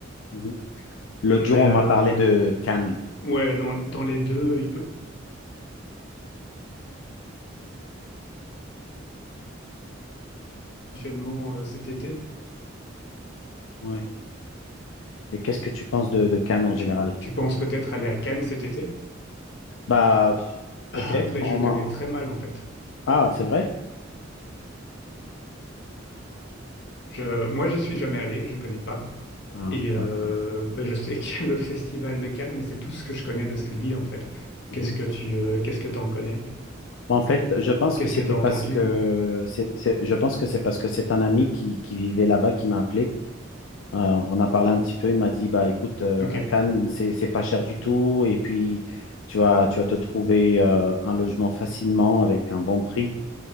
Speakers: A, on the left; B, on the left.
A: Mhm. L'autre
B: Mais
A: jour, on
B: euh,
A: m'a parlé de Cannes.
B: Ouais, dans, dans les deux, il peut éventuellement euh, cet été.
A: Ouais. Et qu'est-ce que tu penses de, de Cannes en général?
B: Tu, tu penses peut-être aller à Cannes cet été? <laughs>
A: Bah,
B: Ah,
A: peut-être.
B: ben,
A: On
B: je connais
A: m'a...
B: très mal en fait.
A: Ah, c'est vrai?
B: Je, moi, je suis jamais allé, je connais pas.
A: Ah,
B: Et euh,
A: ok.
B: ben, je sais <laughs> qu'il y a le festival de Cannes, mais c'est tout ce que je connais de cette ville en fait.
A: Mhm.
B: Qu'est-ce que tu, euh, qu'est-ce que t'en connais?
A: En fait, je pense
B: Qu'est-ce
A: que c'était
B: que t'as
A: parce
B: entendu?
A: que c'est, c'est- je pense que c'est parce que c'est un ami qui, qui vivait là-bas qui m'a appelé Euh, on a parlé un petit peu, il m'a dit, bah écoute, euh,
B: Ok.
A: à Cannes, c'est, c'est pas cher du tout, et puis tu vas, tu vas te trouver euh, un logement facilement avec un bon prix.